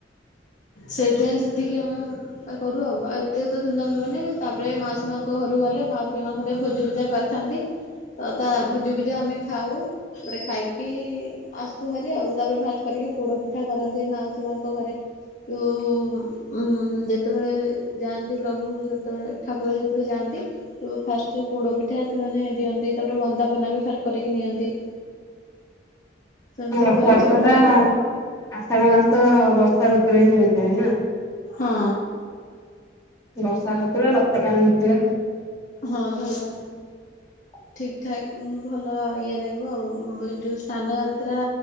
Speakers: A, on the left; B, on the left.
A: ସେଇଥିପାଇଁ ସେତିକି ଆଉ କରୁ ଆଉ -ଆଉ ଏତେ ତ ଧୁମଧାମ୍ ହୁଏନି ତାପରେ ମାଉସୀ ମାଙ୍କ ଘରକୁ ଗଲେ ମାଉସୀ ମାଙ୍କ ଘରେ ଭୋଜିଭୁଜା କର୍ ଥାନ୍ତି ତ ତା ଭୋଜି ଭୁଜି ଆମେ ଖାଉ। ତାପରେ ଖାଇକି ଆସୁ ଘରେ ଆଉ ତାପରେ ଫାଷ୍ଟ କରିକି ପୋଡ ପିଠା କରନ୍ତି ମାଉୀ ମାଙ୍କ ଘରେ। ତ ଉ ଯେତେବେଳେ ଯାଆନ୍ତି ପ୍ରଭୁ ସେତେବେଳେ ଠାକୁର ଯେତବେଳେ ଯାଆନ୍ତି। ଫାଷ୍ଟ ପୋଡ ପିଠା ସେମାନେ ଦିଅନ୍ତି ତାପରେ ବନ୍ଦାପନା ବି ଫାଷ୍ଟ କରିକି ନିଅନ୍ତି। ସେମିତି
B: ରଥଯାତ୍ର
A: କରିକି ସବୁ
B: ଟା
A: ନିଅନ୍ତି
B: ଆଷାଢ ମାସ ବର୍ଷା ଋତୁରେ ହୋଇଥାଏ ନା?
A: ହଁ।
B: ବର୍ଷା ହଉଥିବ ରଥ ଟାଣୁଥିବେ।
A: ହଁ ଭଲ।
B: ହ <unintelligible>
A: ଠିକ ଠାକ୍ ଭଲ ଇଏ ଲାଗିବ ଆଉ ଯୋଉ ସ୍ଥନାନ ଯାତ୍ରା